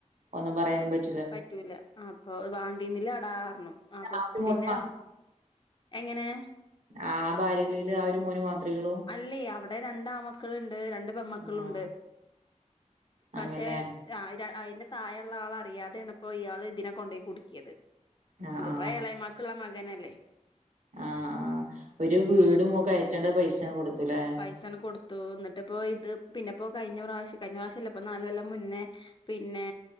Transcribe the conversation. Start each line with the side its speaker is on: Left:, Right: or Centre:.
Right: ഒന്നും പറയാനും പറ്റും
Left: പറ്റൂല അപ്പൊ വാണ്ടീന്നില അടാർന്നു അപ്പൊ
Right: ആ ഒരു മോന്
Left: പിന്നെ എങ്ങനെ
Right: ആഹ് ആ ഭാര്യന്റെൽ ആ ഒരു മോന് മാത്ര ഉള്ളൂ
Left: അല്ല അവിടെ രണ്ട്ആ മക്കളുണ്ട് രണ്ട് പെമക്കളുണ്ട്
Right: ആ
Left: പക്ഷെ
Right: അങ്ങനെ
Left: ആഹ് അയിന്റെ തായള്ള ആൾ അറിയാതെയാണ് ഇപ്പോ ഇയാള് ഇതിനെ കൊണ്ടോയി കുടുക്കിയത്
Right: ആ
Left: ഇത്
Right: ആ
Left: പ്പോ എളേമാക്ക് ള്ളെ മകനല്ലേ
Right: ആഹ് ആ ഒരു വീട് മ്മു കയറ്റേണ്ട പൈസ കൊടുത്തൂലേ
Left: പൈസണ് കൊടുത്തു ന്നട്ടിപ്പോ ഇത് പിന്നെപ്പോ കഴിഞ്ഞ പ്രാവശ്യം കഴിഞ്ഞ പ്രാവശ്യല്ല പ്പ നാല് കൊല്ലം മുന്നേ പിന്നെ